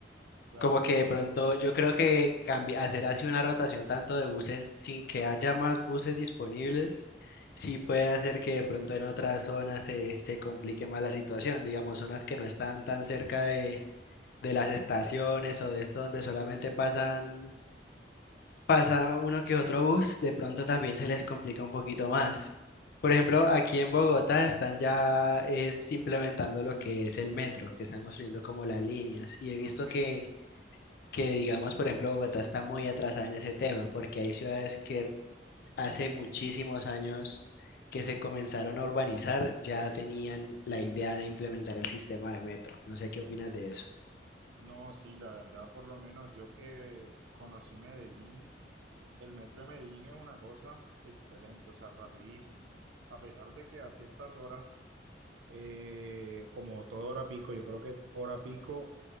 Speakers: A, on the right; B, on the left.
A: Claro,
B: Como que de pronto yo creo que cambi- hacer así una rotación tanto de buses sin que haya más buses disponibles, sí puede hacer que de pronto en otras zonas se, se complique más la situación, digamos, zonas que no están tan cerca de, de las estaciones o de esto donde solamente pasan pasa uno que otro bus, de pronto también se les complica un poquito más.
A: sí,
B: Por ejemplo,
A: sí,
B: aquí en Bogotá están ya es, implementando lo que es el metro, que están construyendo como las líneas. Y he visto
A: ok.
B: que, que, digamos, por ejemplo, Bogotá está muy atrasada en ese tema, porque hay ciudades que hace muchísimos años que se comenzaron a urbanizar, ya tenían la idea de implementar el sistema de metro. No sé qué opinas de eso.
A: No, sí, la verdad, por lo menos yo que conocí Medellín, el metro de Medellín es una cosa excelente, o sea, rapidísimo. A pesar de que a ciertas horas, Eh, como toda hora pico, yo creo que hora pico